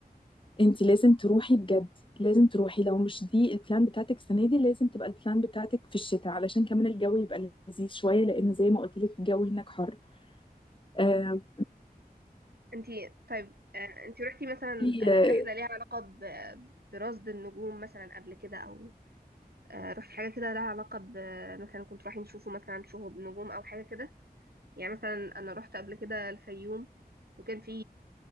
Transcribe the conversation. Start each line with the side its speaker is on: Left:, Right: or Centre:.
Left: انت لازم تروحي بجد لازم تروحي لو مش دي البلان بتاعتك السنة دي لازم تبقى البلان بتاعتك في الشتاء علشان كمان الجو يبقى لذيذ شوية لأن زي ما قلت لك الجو هناك حر آم،
Right: انت طيب آه، انت رحتي مثلا
Left: في-
Right: آه،
Left: آه،
Right: رحلة ليها علاقة ب- برصد النجوم مثلا قبل كده او آه، رحتي حاجة كده لها علاقة ب مثلا كنت رايحين نشوفوا مثلا شهب نجوم او حاجة كده يعني مثلا انا رحت قبل كده الفيوم وكان في